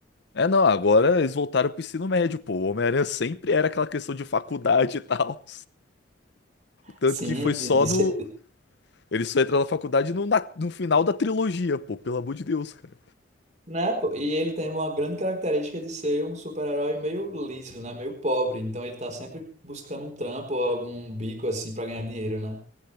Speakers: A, on the left; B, on the right.
A: É, não, agora eles voltaram pro ensino médio, pô. O Homem-Aranha sempre era aquela questão de faculdade e tal. Tanto
B: Sim,
A: que foi
B: de,
A: só
B: de
A: no.
B: ser,
A: Ele só entra na faculdade no, na- no final da trilogia, pô, pelo amor de Deus, cara.
B: né? pô, E ele tem uma grande característica de ser um super-herói meio liso, né? Meio pobre. Então ele tá sempre buscando um trampo ou algum bico assim pra ganhar dinheiro, né?